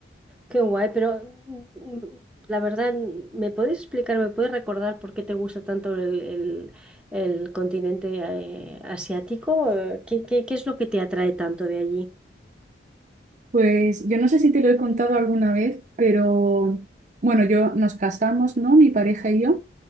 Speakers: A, in the centre; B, on the right (about 40°).
A: qué guay, pero mm, mm, la verdad, ¿me puedes explicar, me puedes recordar por qué te gusta tanto el, el- el continente eh, asiático? Eh, ¿Qué, qué- qué es lo que te atrae tanto de allí?
B: Pues yo no sé si te lo he contado alguna vez, pero bueno, yo nos casamos, ¿no? Mi pareja y yo.